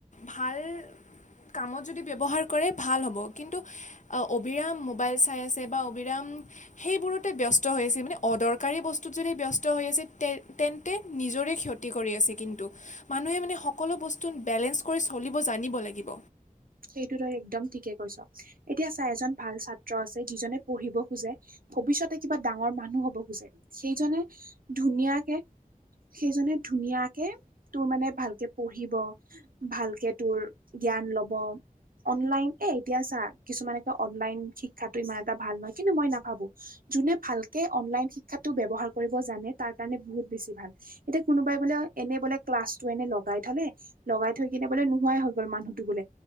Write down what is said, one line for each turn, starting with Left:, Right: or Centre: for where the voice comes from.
Left: ভাল- কামত যদি ব্যৱহাৰ কৰে ভাল হ'ব কিন্তু- অবিৰাম মোবাইল চাই আছে বা অবিৰাম- সেইবোৰতে ব্যস্ত হৈ আছে মানে অদৰকাৰী বস্তুত যদি ব্যস্ত হৈ আছে তে তেন তে নিজৰে ক্ষতি কৰি আছে কিন্তু। মানুহে মানে সকলো বস্তু বেলেঞ্চ কৰি চলিব জানিব লাগিব।
Right: সেইটো তই একদম ঠিকে কৈছ এতিয়া চা এজন ভাল ছাত্ৰ আছে যিজনে পঢ়িব খোজে। ভৱিষ্যতে কিবা ডাঙৰ মানুহ হব খোজে সেইজনে ধুনীয়াকে- সেইজনে ধুনীয়াকে তোৰ মানে ভালকে পঢ়িব। ভালকে তোৰ জ্ঞান লব। অনলাইন এ এতিয়া চা কিছুমানে কয় অনলাইন শিক্ষাটো ইমান এটা ভাল নহয় কিন্তু মই নাভাবো। যোনে ভালকে অনলাইন শিক্ষাটো ব্যৱহাৰ কৰিব জানে তাৰ কাৰণে বহুত বেছি ভাল। এতিয়া কোনোবাই বোলে এনেই বোলে ক্লাছটো এনে লগাই থলে- লগাই থৈ কিনে বোলে নোহোৱাই হৈ গ'ল মানুহতো বোলে